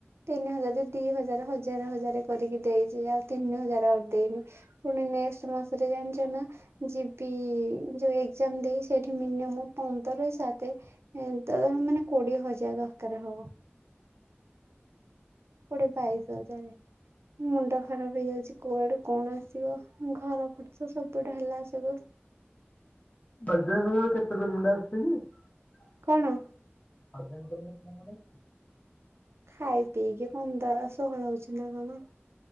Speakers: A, on the right; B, on the left.
A: ତିନି ହଜାର ଦି ହଜାର ହଜାର ହଜାର କରିକି ଦେଇଛି ଆଉ ତିନି ହଜାର ଆହୁରି ଦେଇନି ପୁଣି ନେଷ୍ଟ ମାସରେ ଜାଣିଛ ନା ଯିବି ଯୋଉ ଏକଜାମ୍ ଦେଇ ସେଇଠି ମିନିୟମ ପନ୍ଦର ସାତ ଏ ମାନେ କୋଡିଏ ହଜାର ଦରକାର ହବ। କୋଡିଏ ବାଇଶ ହଜାର ମୁଣ୍ଡ ଖରାପ ହେଇଯାଉଛି କୁଆଡକୁ କଣ ଆସିବ ଘର ଖର୍ଚ୍ଚ ସବୁଡା ହେଲା ସବୁ
B: ବାଜାଜ ରେ ଆଉ କେତେ ପ୍ରେମେଣ୍ଟ ଆସୁଛି କି
A: କଣ
B: ଆାତ ଦିନ ପରେ କେ <inaudible> ଡ <inaudible>
A: ଖାଇ ପିଇକି ପନ୍ଦର ଷହଳ ହଉଛି ନା କଣ